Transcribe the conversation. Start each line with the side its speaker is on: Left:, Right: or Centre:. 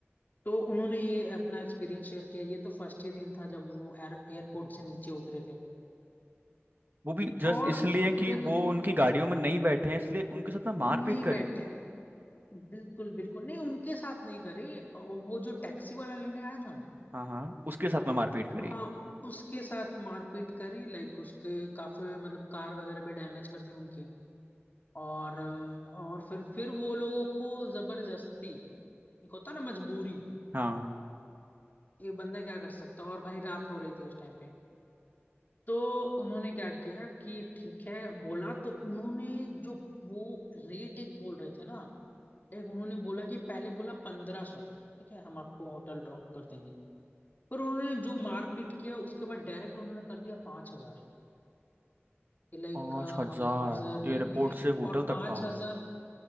Left: तो उन्होंने ये अपना एक्सपीरियंस शेयर किया ये तो फर्स्ट ही दिन था जब वो एयर एयरपोर्ट से नीचे उतरे थे
Right: वो भी जस्ट
Left: और
Right: इसलिए कि
Left: दिन
Right: वो उनकी गाड़ियों में नहीं बैठे हैं इसलिए उनके साथ में मारपीट
Left: नहीं बैठे
Right: करी
Left: बिल्कुल बिल्कुल नहीं उनके साथ नहीं करे वो जो टैक्सी वाला लेने आया था ना
Right: हाँ हाँ उसके साथ में मारपीट करी
Left: हाँ उसके साथ मारपीट करी लाइक उसके काफी मतलब कार वगैरह भी डैमेज कर दी उनकी और अ, और फिर फिर वो लोगों को जबरदस्ती एक होता ना मजबूरी
Right: हाँ
Left: ये बंदा क्या कर सकता और भाई रात हो रही थी उस टाइम पे तो उन्होंने क्या किया कि ठीक है बोला तो उन्होंने जो वो रेट एक बोल रहे थे ना एक उन्होंने बोला कि पहले बोला पंद्रह सौ ठीक है हम आपको होटल ड्रॉप कर देंगे पर उन्होंने जो मारपीट किया उसके बाद डायरेक्ट उन्होंने कर दिया 5000 कि लाइक
Right: पाँच हजार
Left: हम पांच हजार
Right: एयरपोर्ट
Left: लेंगे
Right: से होटल
Left: और पांच
Right: तक का
Left: हजार